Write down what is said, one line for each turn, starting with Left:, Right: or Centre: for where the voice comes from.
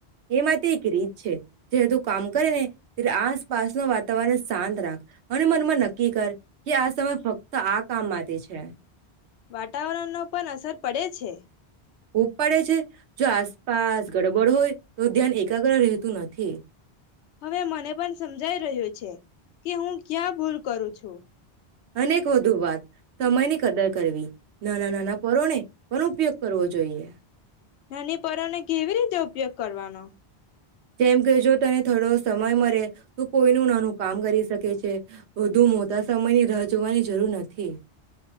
Right: એમાં એક રીત છે જ્યારે તું કામ કરે ને ત્યારે આસપાસનું વાતાવરણ શાંત રાખ અને મનમાં નક્કી કર કે આ સમય ફક્ત આ કામ માટે છે.
Left: વાતાવરણ નો પણ અસર પડે છે.
Right: ઉપબ પાડે છે જો આસપાસ ગડબડ હોય તો ધ્યાન એકાગ્ર. તું નથી.
Left: હવે મને પણ સમજાઈ રહ્યું છે કે હું ક્યાં ભૂલ કરું છું.
Right: અનેક વધુ વાત સમયની કદર કરવી નાના નાના પરોને પણ ઉપયોગ કરવો જોએ. જોઈએ.
Left: નાની પરોને કેવી રીતે ઉપયોગ કરવાનો.
Right: જેમ કજો તને. થોડો સમય મરે. તું કોઈનું નાનું કામ કરી શકે છે બધુ મોટા સમયની. રાહ જોવાની જરૂર નથી.